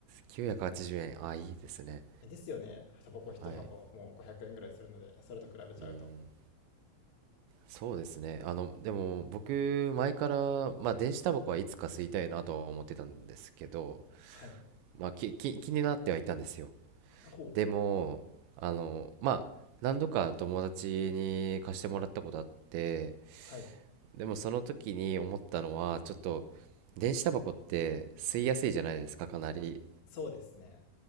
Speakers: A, on the right; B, on the left.
A: 980円。あ、いいですね。
B: すですよね。タバコ一箱、
A: はい。
B: もう500円ぐらいするので、それと比べちゃうと。
A: うん。そうですね。あの、でも僕、前から、まあ、電子タバコはいつか吸いたいなとは思ってたんですけど、
B: はい。
A: まあ、き、き、気になってはいたんですよ。
B: ほう。
A: でも、あの、まあ、何度か友達に貸してもらったことあって、
B: はい。
A: でもその時に思ったのは、ちょっと、電子タバコって吸いやすいじゃないですか、かなり。
B: そうですね。